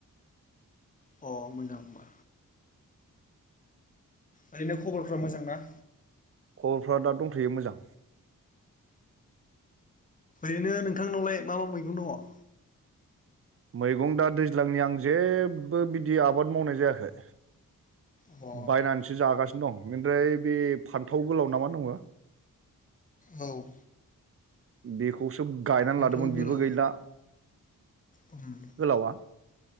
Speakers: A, on the left (about 25°); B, on the right (about 40°).
A: अ मोजां होनबा। ओरैनो खबरफोरा मोजां ना?
B: खबरफ्रा दा दंथ'यो मोजां।
A: बेनो नोंथांनावलाय मा मा मैगं दङ?
B: मैगं दा दैज्लांनि आं जेबो बिदि आबाद मावनाय जायाखै।
A: अ
B: बायनानैसो जागासिनो। दं बेनिफ्राय बे फान्थाव गोलाव नाामा दङ
A: औ
B: बेखौसो गायनानै
A: फान्थाव
B: लादोंमोन
A: गोलाव
B: बिबो गैला
A: उम
B: गोलावा